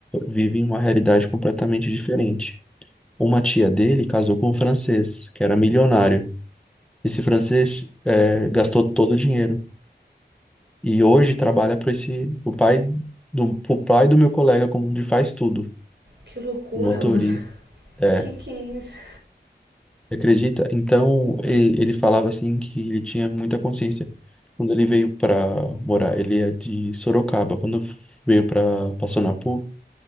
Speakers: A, in the centre; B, on the right.
A: vivem uma realidade completamente diferente. Uma tia dele casou com um francês, que era milionário. Esse francês eh, gastou todo o dinheiro e hoje trabalha para esse o pai do pro pai do meu colega como de faz tudo,
B: Que loucura,
A: um motorista.
B: mano. <laughs>
A: É,
B: Que que é isso?
A: você acredita? Então ele, ele falava assim que ele tinha muita consciência quando ele veio para morar. Ele é de Sorocaba. Quando veio para Passonapu,